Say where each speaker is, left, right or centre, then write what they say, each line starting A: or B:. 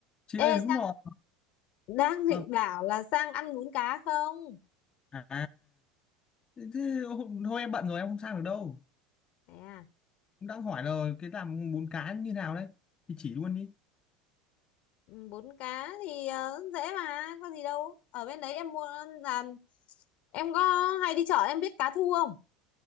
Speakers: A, on the left; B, on the left.
A: chị ơi
B: Ê
A: hôm
B: Sang
A: nọ
B: đang định
A: Ờ,
B: bảo là Sang ăn bún cá không?
A: à thế, thế hôm, thôi em bận rồi em không sang được đâu
B: Thế à,
A: cũng đang hỏi là cái làm bún cá như nào đấy thì chỉ luôn đi
B: ừ, bún cá thì ờ, dễ mà, có gì đâu. Ở bên đấy em mua là em có hay đi chợ em biết cá thu không?